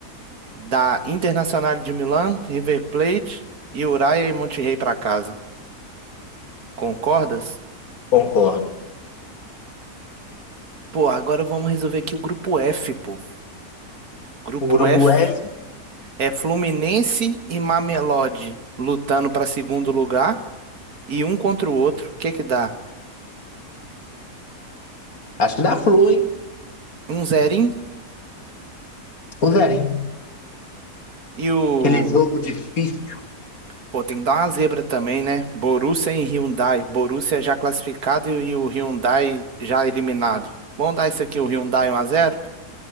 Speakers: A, on the right; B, on the left.
A: Da Internacional de Milão, River Plate e Uraia e Monte Rey pra casa. Concordas?
B: Concordo.
A: Pô, agora vamos resolver aqui o grupo F, pô. Grupo
B: O Grupo
A: F.
B: F,
A: É Fluminense e Mamelodi lutando para segundo lugar e um contra o outro. O que que dá?
B: acho que dá flu, hein?
A: Um zerinho
B: O Zerinho.
A: e o.
B: Aquele jogo difícil.
A: Pô, tem que dar uma zebra também, né? Borussia e Hyundai. Borussia já classificado e e o Hyundai já eliminado. Vamos dar isso aqui, o Hyundai um a zero,